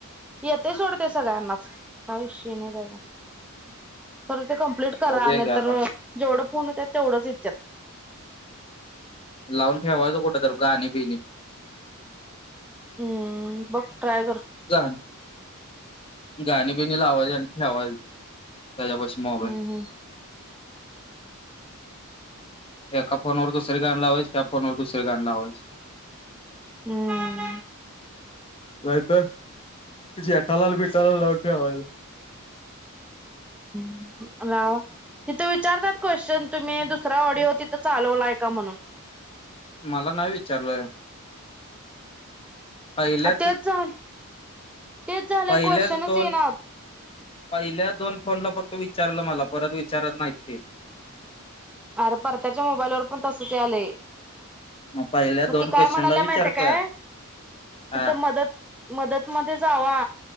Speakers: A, in the centre; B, on the left (about 25°).
A: येत सोड ते सगळ्यांनाच. काय विषय नाही त्याचा. खर ते कंम प्लीट करा.
B: बघूया
A: नाही
B: घ्या आता
A: तर जेवढ फोन होत्यात तेवढच येत्यात.
B: लावून ठेवायच कुठ तरी गाणे बिणे.
A: हम्म, बघ ट्राय कर
B: झाल गाणे बिणे लावाचे आणि ठेवायच त्याच्यापाशी. मोबाईल
A: हम्म हम्म
B: एका फोन वर दुसरी गाणी लावायची. त्या फोन वर दुसरी गाणी लावायची.
A: हम्म हम्म
B: नाही तर जेटालाल बिटालाल लावून ठेवायल. <inaudible>
A: हा, तिथं विचारतात क्वेश्चन, तुम्ही दुसरा ऑडिओ तिथं चालवलाय का म्हणून.
B: मला नाही विचारल. पहिल्याच
A: अ तेच झालं तेच झालंय
B: पहिल्याच
A: क्वेश्चनच
B: दोन
A: येईना
B: पहिल्या दोन फोनला फक्त विचारलं मला, परत विचारत नाहीत ते.
A: आरं परत्याच्या मोबाईल वर पण तसंच आलंय.
B: मग पहिल्या
A: मग
B: दोन
A: ती काय
B: क्वेश्चनला
A: म्हणायला
B: विचारत्यात
A: माहितीय काय?
B: हा
A: तिथं मदत मदत मध्ये जावा